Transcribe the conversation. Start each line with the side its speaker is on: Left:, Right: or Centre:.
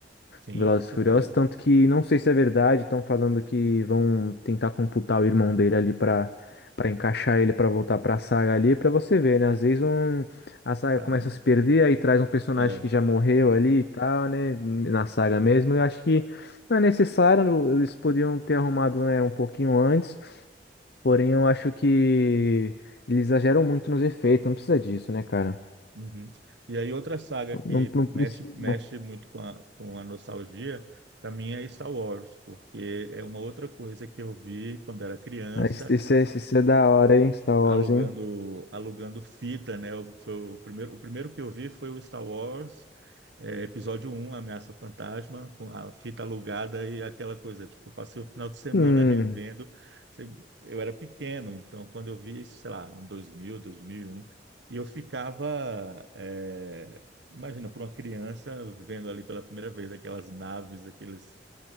Right: Sim,
Left: Velozes
Right: com certeza.
Left: e Furiosos, tanto que não sei se é verdade, estão falando que vão tentar computar o irmão dele ali pra para encaixar ele pra voltar pra saga ali, pra você ver, né? Às vezes um, a saga
Right: Caramba.
Left: começa a se perder, aí traz um personagem
Right: É.
Left: que já morreu ali e tal, né? Na saga mesmo. Eu acho que não é necessário, no- eles podiam ter arrumado, né, um pouquinho antes, porém eu acho que eles exageram muito nos efeitos, não precisa disso, né, cara?
Right: uhum. E aí outra saga que
Left: Não, não
Right: mexe,
Left: precisa.
Right: mexe muito com a, com a nostalgia, para mim é Star Wars, porque é uma outra coisa que eu vi quando era criança.
Left: Mas Isso isso é, isso é da hora, hein? Star Wars,
Right: alugando
Left: hein?
Right: alugando fita, né? O- Foi o primeiro, o primeiro que eu vi foi o Star Wars, eh, episódio 1, Ameaça Fantasma, com a fita alugada e aquela coisa. Tipo, eu passei o final de semana
Left: Hum.
Right: revendo. Sei- Eu era pequeno, então quando eu vi, sei lá, em 2000, 2001, e um, e eu ficava, eh, imagina, por uma criança vendo ali pela primeira vez aquelas naves, aqueles